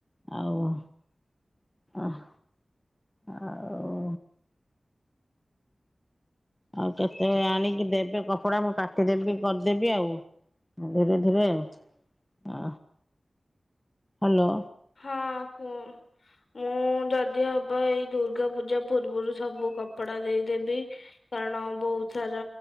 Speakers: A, on the left (about 15°); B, on the left (about 65°).
A: ଆଉ ଅହଃ, ଆଉ ଆଉ କେତେବେଳେ ଆଣିକି ଦେବେ କ କପଡ଼ା ମୁଁ କାଟିଦେଖୀ କରିଛନ୍ତି ଆଉ, ଧୀରେ ଧୀରେ ଆଉ। ଆ, ହାଲୋ।
B: ହଁ, କୁହ। ମୁଁ ଯଦି ହବ ଏଇ ଦୁର୍ଗା ପୂଜା ପୂର୍ବରୁ ସବୁ କପଡା ଦେଇଦେବି। କାରଣ ବହୁତ ସାରା